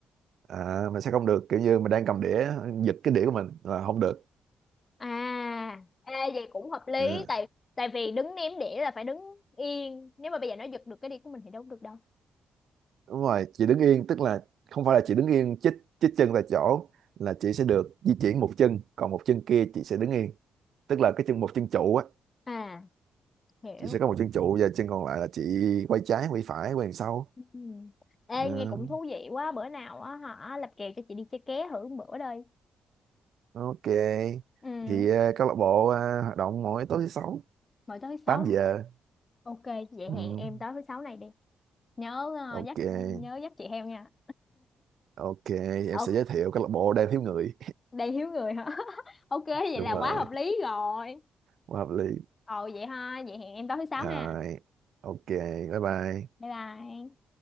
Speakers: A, on the right; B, on the left.
A: à, mình sẽ không được kiểu như mình đang cầm đĩa giật cái đĩa của mình là không được
B: à ê, vậy cũng hợp lý
A: à,
B: tại tại vì đứng ném đĩa là phải đứng yên nếu mà bây giờ nó giật được cái đĩa của mình thì đâu có được đâu
A: đúng rồi chị đứng yên tức là không phải là chị đứng yên chích chích chân tại chỗ là chị sẽ được di chuyển một chân còn một chân kia chị sẽ đứng yên tức là cái chân một chân trụ á
B: à hiểu
A: chị sẽ có một chân trụ và chân còn lại là chị quay trái quay phải quay đằng sau
B: Ừ. ê
A: à,
B: nghe cũng thú vị quá bữa nào á hả lập kèo cho chị đi chơi ké thử một bữa đây
A: ok
B: ừ
A: thì ờ, câu lạc bộ ờ, hoạt động mỗi tối thứ sáu
B: mỗi tối thứ sáu
A: tám giờ
B: ok vậy
A: ừ,
B: hẹn em tối thứ sáu này đi nhớ ờ,
A: ok
B: dắt nhớ dắt chị heo nha
A: Ok, em
B: ok
A: sẽ giới thiệu câu lạc bộ đang thiếu người.
B: đầy hiếu người hả <laughs> ok vậy
A: Đúng
B: là quá
A: rồi,
B: hợp lý rồi
A: quá hợp lý.
B: ồ vậy ha vậy hẹn em tối thứ sáu
A: Rồi,
B: ha
A: ok, bye bye.
B: bye bye